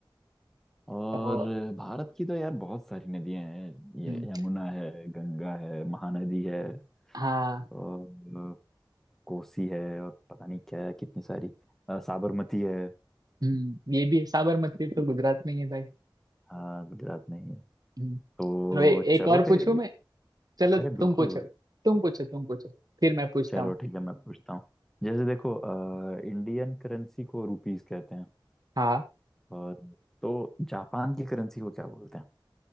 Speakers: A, in the centre; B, on the right (about 50°).
A: और
B: और
A: भारत की तो यार बहुत सारी नदियां हैं ये
B: हम्म,
A: यमुना है गंगा है महानदी है
B: हाँ
A: और कोसी है और पता नहीं क्या है कितनी सारी अ, साबरमती है
B: हम्म ये भी है साबरमती तो गुजरात में ही है भाई
A: हाँ गुजरात में ही है
B: हम्म,
A: तो
B: चलो ए, एक
A: चलो
B: और
A: फिर
B: पूछूं मैं चलो
A: अरे
B: तुम
A: बिल्कुल
B: पूछो तुम पूछो तुम पूछो फिर मैं पूछता
A: चलो
B: हूँ
A: ठीक है मैं पूछता हूँ जैसे देखो अ, इंडियन करेंसी को रुपीस कहते हैं
B: हाँ
A: और तो जापान की करेंसी को क्या बोलते हैं